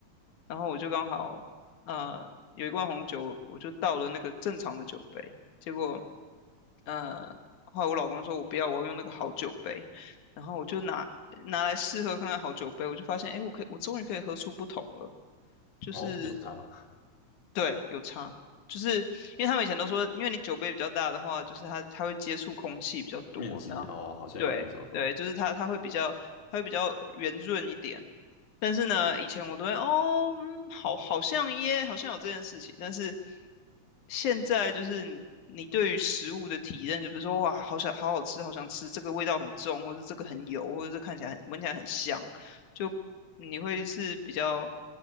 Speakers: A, on the left; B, on the left.
A: 然后我就刚好呃有一罐红酒，我就倒了那个正常的酒杯，结果呃后来我老公说我不要，我要用那个好酒杯，然后我就拿拿来试喝看看好酒杯，我就发现哎，诶我可以我终于可以喝出不同了，就是。
B: 哦，有差吗？
A: 对，有差，就是因为他们以前都说，因为你酒杯比较大的话，就是它它会接触空气比较多，
B: 面积哦，
A: 那对对，
B: 好像有听说过，
A: 就是它它会比较它会比较圆润一点。但是呢，以前我都会哦，嗯好，好像耶，好像有这件事情。但是现在就是你你对于食物的体验，就是说哇，好想好好吃，好想吃，这个味道很重，或者这个很油，或者是看起来很闻起来很香，就你会是比较，